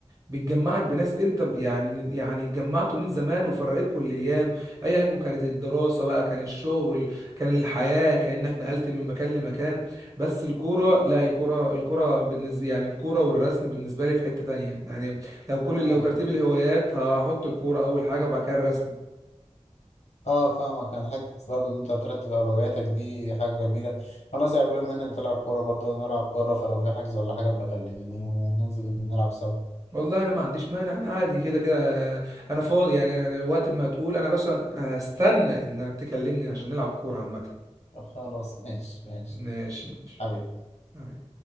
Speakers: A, on the right (about 30°); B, on the left (about 80°).
A: بتجمعك بناس انت م- يعني يعني اتجمعتوا من زمان وفرقتكم الايام ايا يكن كانت الدراسه بقى كان الشغل كان الحياه كان انك نقلت من مكان لمكان بس الكوره لا الكوره الكوره بالنسبه يعني الكوره والرسم بالنسبه لي في حته تانية يعني لو كل
B: آه.
A: لو ترتيب الهوايات هحط الكوره اول حاجه وبعد كده الرسم
B: اه فاهمك انا حته برضه ان انت ترتب اولوياتك دي حاجه جميله خلاص يا عم بما انك بتلعب كوره برضه انا بلعب كوره فلو في حجز ولا حاجه بكلمني وننزل نلعب سوا
A: والله انا ما عنديش مانع انا عادي كده كده انا فاضي يعني انا وقت ما هتقول انا اصلا هستنى انك تكلمني عشان نلعب كوره عامه
B: خلاص ماشي ماشي
A: ماشي ماشي
B: حبيبي
A: حبيبي.